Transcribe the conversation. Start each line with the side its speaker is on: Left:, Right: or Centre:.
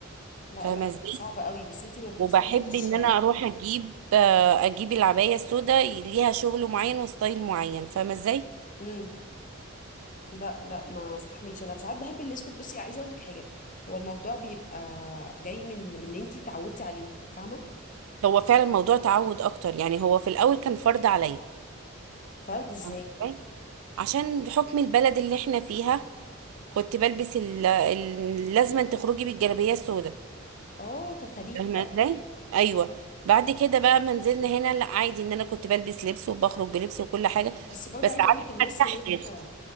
Left: لا
Right: فاهمة
Left: لا لا،
Right: ازاي
Left: صعب قوي بس انت ما بتزهقيش
Right: وبحب ان انا اروح اجيب آه، اجيب العباية السوداء ليها شغل معين وستايل معين فاهمة ازاي
Left: امم لا لا ما استحملش انا ساعات بحب الاسود بصي عايزه اقول لك حاجه هو الموضوع بيبقى جاي من من ان انتي اتعودتي عليه فاهمه
Right: هو فعلا موضوع تعود اكتر يعني هو في الاول كان فرض عليا
Left: فرد ازاي
Right: فاهمة إزاي؟ عشان حكم البلد اللي احنا فيها كنت بلبس ال- ال- لازما تخرجي بالجلابية السوداء
Left: اه في الخليج
Right: فاهمة
Left: يعني
Right: ازاي ايوه بعد كده بقى ما نزلنا هنا لا عادي ان انا كنت بلبس لبس وبخرج بلبس وكل حاجة
Left: بس برضه
Right: بس
Left: عايزه
Right: عارفة
Left: اقول لك الناس
Right: ما ارتحتش
Left: هناك